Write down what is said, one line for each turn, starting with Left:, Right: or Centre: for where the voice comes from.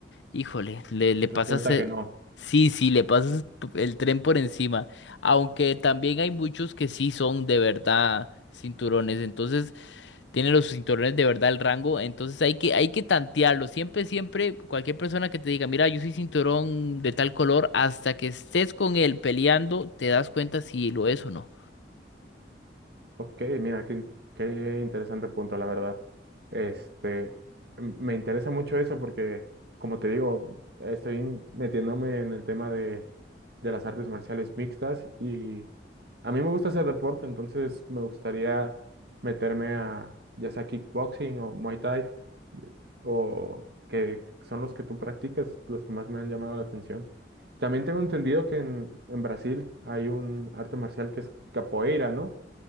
Left: Híjole, le, le pasas
Right: Resulta
Left: el...
Right: que no.
Left: Sí, sí, le pasas p- el tren por encima. Aunque también hay muchos que sí son de verdad cinturones. Entonces, tienen los cinturones de verdad el rango. Entonces hay que, hay que tantearlo. Siempre, siempre, cualquier persona que te diga, mira, yo soy cinturón de tal color, hasta que estés con él peleando, te das cuenta si lo es o no.
Right: Ok, mira, qué, qué interesante punto, la verdad. Este, m- me interesa mucho eso porque, como te digo, estoy metiéndome en el tema de, de las artes marciales mixtas y a mí me gusta hacer deporte, entonces me gustaría meterme a ya sea kickboxing o Muay Thai o que son los que tú practicas, los que más me han llamado la atención. También tengo entendido que en, en Brasil hay un arte marcial que es capoeira, ¿no?